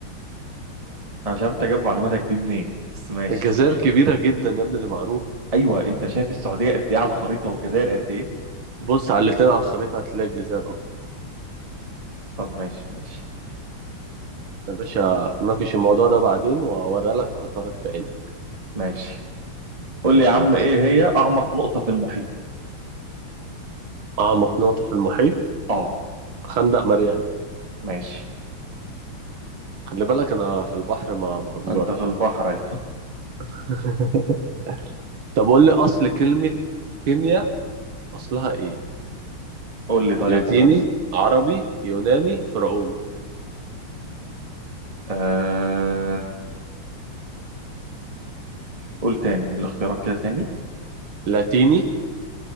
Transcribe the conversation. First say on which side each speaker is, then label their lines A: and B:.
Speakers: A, on the right; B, on the right.
A: أنا مش عارف أنت جايب معلوماتك دي منين بس ماشي
B: الجزائر كبيرة جدا يا ابني دي معروفة
A: أيوه أنت شايف السعودية قد إيه على الخريطة والجزائر قد إيه
B: بص على الاتنين على الخريطة هتلاقي الجزائر اكبر
A: طب ماشي ماشي
B: يا باشا
A: ماشي
B: ناقش الموضوع ده بعدين واوريها لك واحطها لك في عينك
A: ماشي قول
B: ماشي
A: لي يا عم
B: يا عم
A: إيه هي أعمق نقطة في المحيط
B: اعمق نقطة في المحيط
A: أه
B: خندق ماريانا
A: ماشي
B: خلي بالك انا في البحر ما بهزرش
A: أنت في البحر اهي.
B: <laughs> طب قول لي اصل كلمة كيمياء اصلها ايه
A: قول لي طيب
B: لاتيني عربي يوناني فرعوني
A: آه... قول تاني الاختيارات كده تاني
B: لاتيني